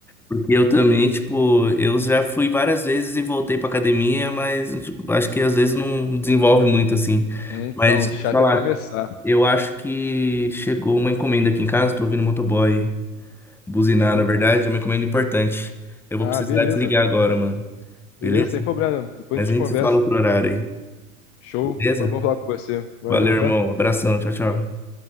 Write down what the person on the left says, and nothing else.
Então,
chato
é começar.
Opa.
Ah,
beleza.
Beleza,
sem problema. Depois
a gente
conversa.
Show.
Foi bom falar com você. Valeu,
tá?